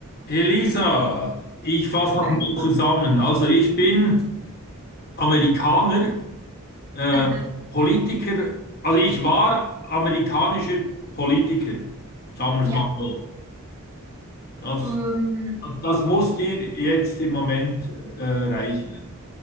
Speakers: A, on the left; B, on the right.
A: Elisa, ich fasse noch
B: Hi.
A: mal zusammen. Also ich bin Amerikaner, äh,
B: Aha.
A: Politiker, also ich war amerikanischer Politiker, sagen wir
B: Ja.
A: es mal so. Das,
B: Ähm,
A: das, das muss dir jetzt im Moment äh, reichen.